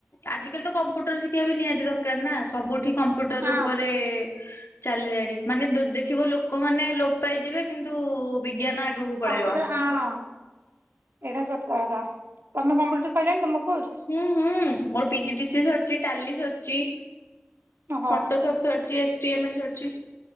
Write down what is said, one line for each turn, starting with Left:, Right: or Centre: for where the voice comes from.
Left: ଆଜିିକାଲି ତ କମ୍ପ୍ୟୁଟର ଶିଖିବା ବି ନିହାତି ଦରକାର ନା ସବୁଠି କମ୍ପ୍ୟୁଟର
Right: ହଁ
Left: ଉପରେ ଚାଲିଲାଣି ମାନେ ଦୁ ଦେଖିବ ଲୋକମାନେ ଲୋପ ପାଇଯିବେ କିନ୍ତୁ ବିଜ୍ଞାନ ଆଗକୁ ପଳେଇବ।
Right: କମ୍ପ୍ୟୁଟର ହଁ ହଁ ଏଇଟା ସତକଥା ତମେ କମ୍ପ୍ୟୁଟର ସରିଲାଣି ତମ କୋର୍ସ?
Left: ହୁଁ ହୁଁ ମୋର P G D C A ସରିଛି ଟାଲି ସରିଛି।
Right: ଓହୋ
Left: ଖଟୋ ସବୁ ଛାଡୁଛି ଚିଏ ଡି ଏ ମନେ ଛାଡୁଛି।